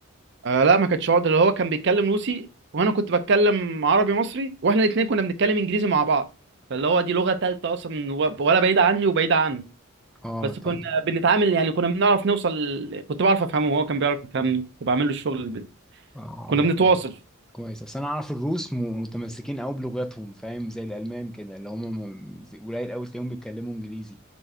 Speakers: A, on the right; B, in the centre.
A: آه لا ما كانتش عقدة اللي هو كان بيتكلم روسي وانا كنت بتكلم عربي مصري واحنا الاتنين كنا بنتكلم انجليزي مع بعض فاللي هو دي لغة تالتة اصلا و- ولا بعيدة عني وبعيدة عنه
B: اه
A: بس
B: طب
A: كنا بنتعامل يعني كنا بنعرف نوصل كنت بعرف افهمه وهو كان بيعرف يفهمني كنت بعمل له الشغل اللي بي-
B: اه
A: كنا بنتواصل
B: اه كويس اصل انا اعرف الروس م- متمسكين قوي بلغتهم فاهم زي الالمان كده اللي هم م- قليل قوي تلاقيهم بيتكلموا انجليزي